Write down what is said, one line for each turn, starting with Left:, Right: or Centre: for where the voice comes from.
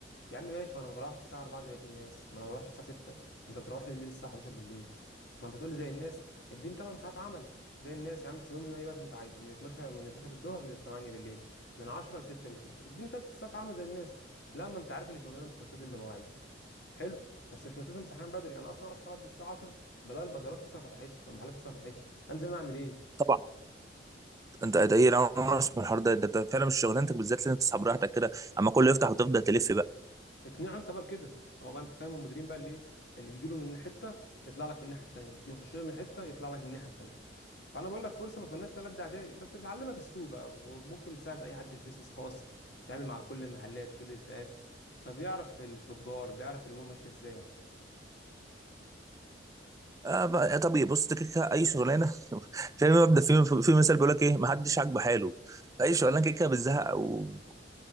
Left: يا عم ماشي ما انا ما بروحش الساعه 4 زي بقيه الناس ما انا ما بروحش الساعه 6 ما انت بتروح لي بالليل الساعه 11 بالليل ما انت تقول لي زي الناس اديني 8 ساعات عمل زي الناس يا عم احسبهم لي من اي وقت انت عايزه من 12 من 12 الظهر ل 8 بالليل من 10 ل 6 بالليل اديني 6 ساعات عمل زي الناس لا ما انت عارف ان شغلنا مش ملتزم بمواعيد حلو بس مش ملتزم بصحيان بدري انا اصلا اصحى بدري الساعه 10 بلاقي البازارات لسه ما فتحتش والمحلات لسه ما فتحتش انزل أنا اعمل ايه
Right: طبعا أنت ده إيه أنا ما أعرفش من الحوار ده ده ده فعلا مش شغلانتك بالذات لازم تسحب راحتك كده أما كله يفتح وتفضل تلف بقى
Left: اقنعه انت بقى بكده هو بقى انت فاهم المديرين بقى اللي ايه اللي تجيله من حته يطلع لك من الناحيه التانيه تيجي يخش له من حته يطلع لك من الناحيه التانيه فانا بقول لك فرصه ما اتمناش لا لد اعدائي بس بتعلمك السوق بقى وممكن تساعد اي حد في بيزنس خاص بتتعامل مع كل المحلات كل الفئات فبيعرف التجار بيعرف الامور ماشيه ازاي يعني
Right: آه بقى طبيعي بص أنت كده كده أي شغلانة <laughs> في مبدأ في في مثال بيقول لك إيه ما حدش عاجبه حاله فأي شغلانة كده كده بتزهق و-